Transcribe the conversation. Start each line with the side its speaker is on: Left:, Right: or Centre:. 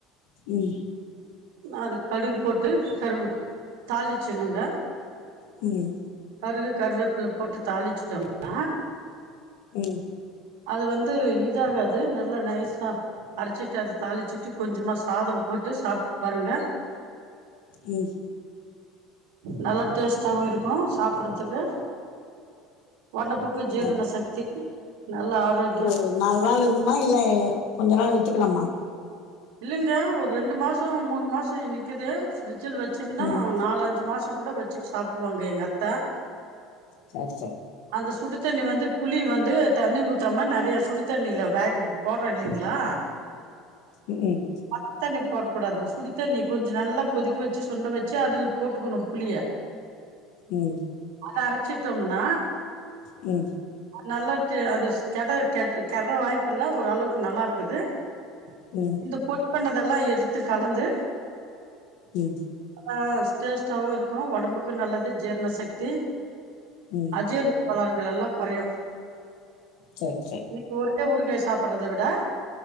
Left: ம்
Right: அது கடுகு போட்டு கருவு தாளிச்சிட்னுங்க
Left: ம்
Right: கருகு கருவேப்பில போட்டு தாளிச்சுட்டோம்னா
Left: ம்
Right: அது வந்து இதாகாது நல்லா நைஸா அரச்சிட்டு அத தாளிச்சுட்டு கொஞ்சமா ஸாதம் போட்டு சாப்ட்டு பாருங்க
Left: ம்
Right: நல்லா டேஸ்டாவு இருக்கோ சாப்புறதுக்கு ஒடம்புக்கு ஜீரண
Left: ஆமா
Right: சக்திக்கு நல்லா ஆரோக்யோ
Left: இது நால் நாள் இருக்குமா இல்ல கொஞ்சோ நாள் வெச்சுக்கலாமா
Right: இல்லைங்க ஒரு ரெண்டு மாசோ மூணு மாசோ இனிக்குது ஃப்ரிட்ஜுல வெச்சோம்னா
Left: ம்
Right: நால் லஞ்சு மாசோ கூட வெச்சிட் சாப்டுவாங்க எங்க அத்த
Left: செரி செரி
Right: அந்த சுடு தண்ணி வந்து புளி வந்து தண்ணி ஊத்தாம நறைய சுடு தண்ணீல வேங் போடுறோ இல்லைங்ளா
Left: ம்
Right: பச்ச தண்ணி போடக்கூடாது சுடு தண்ணி கொஞ்சோ நல்லா கொதிக்க வெச்சி சுண்ட வெச்சி அதுல போட்டுக்கணோ புளிய
Left: ம்
Right: அத அரச்சிட்டோம்னா
Left: ம்
Right: நல்லா து அது கெட கெட்ர் கெர்ர வாய்ப்பு இல்ல ஓரளவுக்கு நல்லா இருக்குது
Left: ம்
Right: இந்த பொடி பண்ணதெல்லா எடுத்து கலந்து
Left: ம்
Right: அ டேஸ்டாவு இருக்கோ ஒடம்புக்கோ நல்லது ஜீர்ண சக்தி
Left: ம்
Right: அஜீர்ண கோளாறுகள் எல்லா கொறையு
Left: செர் சேரி
Right: இப்ப ஒறுக்க ஊறுகாய் சாப்பிடறத விட